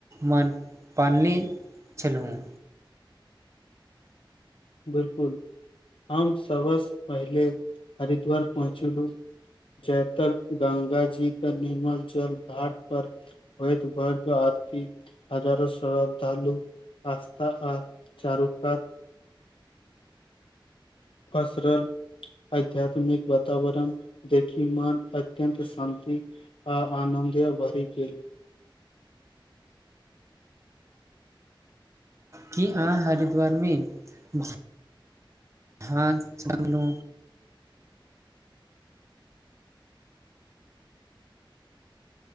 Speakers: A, on the right; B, on the left.
A: मान पालने एलौं हूं
B: बिलकुल आम सबस पहिले हरिद्वार पहुँचलू जयतल गंगा जी के निमाजल घाट पर होत भत आरी हजारो श्रद्धालु आस्था आ चारु कात पसरल आध्यात्मिक वातावरण देखी मन अत्यन्त शान्ति आ आनन्दे भरि गेल
A: की अहाँ हरिद्वार मे झांझ मंगलू